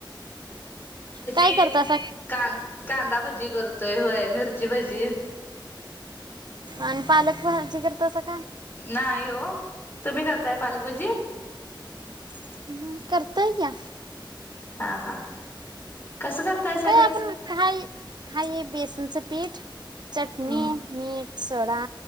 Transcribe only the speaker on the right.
काय करतासा
आणि पालक भाजी करतासा काय?
हम्म करतोय की,
काय
आपण हाय, हे बेसनच पीठ चटणी,
मीठ सडा,